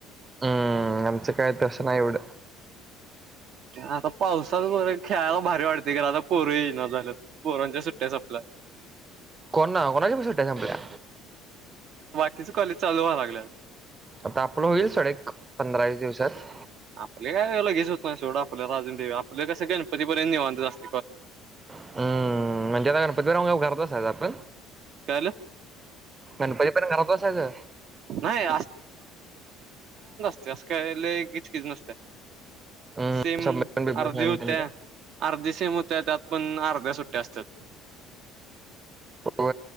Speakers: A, on the right (about 30°); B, on the right (about 60°).
A: हम्म आमचं काय तसं नाही एवडं
B: आता पावसात बघा खेळायला भारी वाटतया खरं आता पोरं येईना झाल्यात पोरांच्या सुट्ट्या संपल्या
A: कोणा कोणाच्या सुट्ट्या संपल्या
B: त्याज कॉलेज चालू होईला लागलया
A: आता आपलं होईल सडेक पंधरा दिवसात
B: आपले काय लगेच होत नाही सोड आपल्याला अजून <unintelligible> आपला कस गणपती पर्यंत निवांतच असतय
A: हम्म म्हणजे काय गणपती झाल्यावर घरात बसायचं काय आपण
B: कळालं
A: गणपती पर्यंत घरात बसायचं
B: नाही तस काय लय कीच कीच नसत्या
A: हम्म
B: सेम
A: बिबमिशन
B: अर्धी होते
A: आणि ते काय.
B: अर्धी सेम होते त्यात पण अर्ध्या सुट्ट्या असत्यात
A: हो